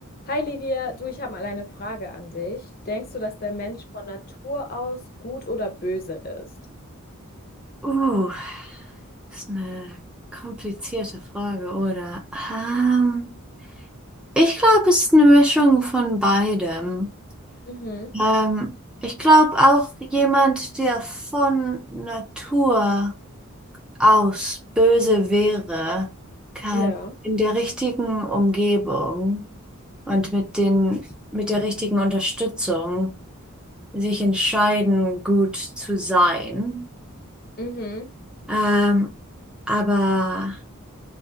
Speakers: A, on the left (about 40°); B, in the centre.
A: Hi Livia, du, ich habe mal eine Frage an dich. Denkst du, dass der Mensch von Natur aus gut oder böse ist?
B: Uh, das ist eine komplizierte Frage, oder? Ähm, ich glaube, es ist eine Mischung von beidem.
A: Mhm.
B: Ähm, ich glaube auch jemand, der von Natur aus böse wäre, kann
A: Ja.
B: in der richtigen Umgebung und mit den, mit der richtigen Unterstützung sich entscheiden, gut zu sein.
A: Mhm.
B: Ähm, aber